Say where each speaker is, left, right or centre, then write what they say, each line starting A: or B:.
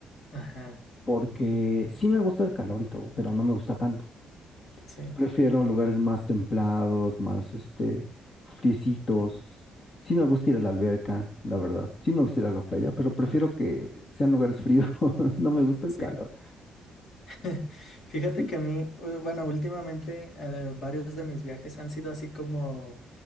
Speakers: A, on the left (about 65°); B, on the left (about 40°).
A: Ajá,
B: porque sí me gusta el calor y todo, pero no me gusta tanto.
A: sí.
B: Prefiero lugares más templados, más este, friecitos. Sí me gusta ir a la alberca, la verdad. Sí me gusta ir a la playa, pero prefiero que sean lugares fríos. <laughs> No me gusta el
A: Sí,
B: calor.
A: <laughs> Fíjate
B: Sí.
A: que a mí, eh, bueno, últimamente eh, varios de mis viajes han sido así como,